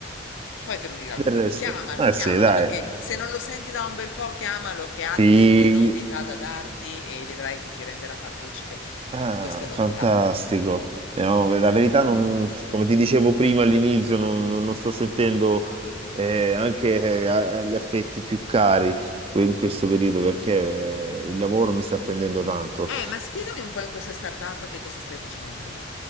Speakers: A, on the left; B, on the right.
A: poi te lo dirà
B: Del
A: lui.
B: resto,
A: Chiamalo,
B: eh
A: chiamalo,
B: sì, dai,
A: perché se non lo senti da un bel po', chiamalo che ha
B: Sì.
A: delle novità da darti e vedrai che ti renderà partecipe
B: Ah,
A: di queste novità.
B: fantastico. Eh, no, la verità, non- come ti dicevo prima all'inizio, non, non- non sto sentendo eh, anche eh, a- agli affetti più cari que- in questo periodo perché eh, il lavoro mi sta prendendo tanto.
A: Eh, ma spiegami un po' in questa startup che cosa stai facendo.